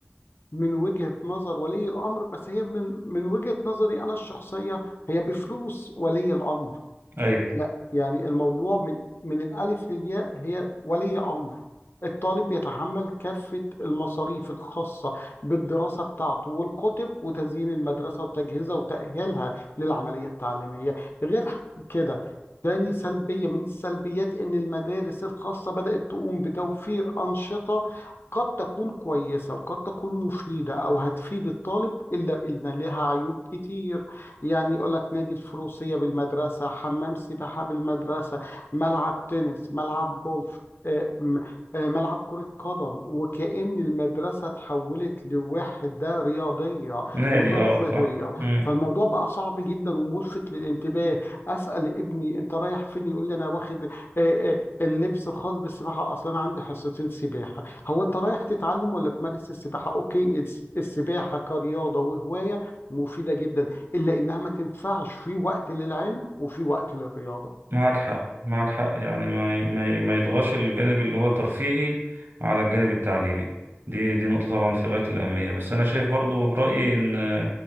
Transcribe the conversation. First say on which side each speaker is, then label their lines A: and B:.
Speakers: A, on the left; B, on the right.
A: من وجهة نظر ولي الأمر بس هي من من وجهة نظري أنا الشخصية هي بفلوس ولي الأمر
B: أيوة
A: لا يعني الموضوع من من الألف للياء هي ولي أمر الطالب بيتحمل كافة المصاريف الخاصة بالدراسة بتاعته والكتب وتزيين المدرسة وتجهيزها وتأهيلها للعملية التعليمية غير كده تاني سلبية من السلبيات إن المدارس الخاصة بدأت تقوم بتوفير أنشطة قد تكون كويسة وقد تكون مفيدة أو هتفيد الطالب إلا إن لها عيوب كتير يعني يقول لك نادي الفروسية بالمدرسة حمام سباحة بالمدرسة ملعب تنس ملعب جولف آه، م- آه، ملعب كرة قدم وكأن المدرسة تحولت لوحدة رياضية
B: نادي
A: وترفيهية
B: أه صح مم.
A: فالموضوع بقى صعب جدا وملفت للانتباه أسأل ابني أنت رايح فين يقول لي أنا واخد آه، آه، اللبس الخاص بالسباحة أصلا أنا عندي حصتين سباحة هو أنت رايح تتعلم ولا تمارس السباحة أوكي الس- السباحة كرياضة وهواية مفيدة جدا الا انها ما تنفعش في وقت للعلم وفي وقت للرياضه
B: معك حق معك حق يعني ما ي- ما ي- ما يضغطش الجانب اللي هو الترفيهي على الجانب التعليمي دي دي نقطة طبعا في غاية الأهمية بس أنا شايف برضو رأيي إن